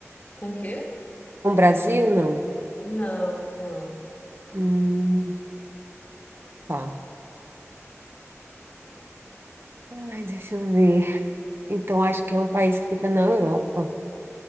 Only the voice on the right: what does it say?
Com o Brasil, não.
Hum, tá. Ai, deixa eu ver. Então, acho que é um país que fica na Europa.